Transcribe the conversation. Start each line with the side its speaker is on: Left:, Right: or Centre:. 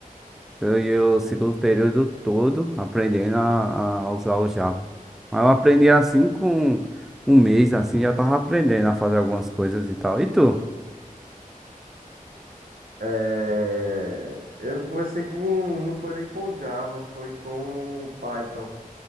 Centre: foi o segundo período todo aprendendo a, a usar o Java. Mas eu aprendi assim com um mês, assim, já tava aprendendo a fazer algumas coisas e tal. E tu?
Right: Eh, eu comecei com, não foi nem com Java, foi com Python.